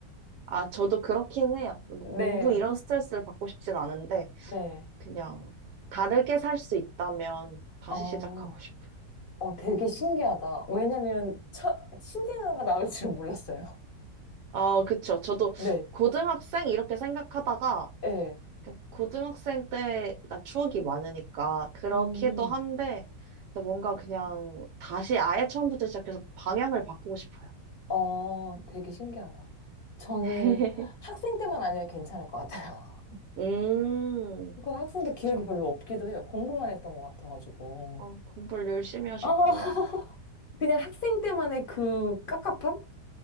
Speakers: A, on the right (about 75°); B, on the left (about 40°).
A: 아, 저도 그렇긴 해요.
B: <laughs>
A: 뭐 공부
B: 네.
A: 이런 스트레스를 받고 싶진 않은데,
B: 네.
A: 그냥 다르게 살 수 있다면 다시
B: 어,
A: 시작하고 싶어요.
B: 어, 되게 신기하다. 왜냐면, 첫, 신생아가 나올 줄은 몰랐어요.
A: 아, 그쵸. 저도
B: <laughs> 네.
A: 고등학생 이렇게 생각하다가,
B: 예.
A: 그러니까 고등학생 때가 추억이 많으니까, 그렇기도
B: 음.
A: 한데, 근데 뭔가 그냥 다시 아예 처음부터 시작해서 방향을 바꾸고 싶어요.
B: 어, 되게 신기하다. 저는
A: <laughs>
B: 학생 때만 아니면 괜찮을 것 같아요.
A: 음,
B: <laughs> 그 학생 때 기억이
A: 그쵸.
B: 별로 없기도 해요. 공부만 했던 것 같아가지고.
A: 어, 공부를 열심히 하셨구나.
B: 아, <laughs> 그냥 학생 때만의 그 깝깝함?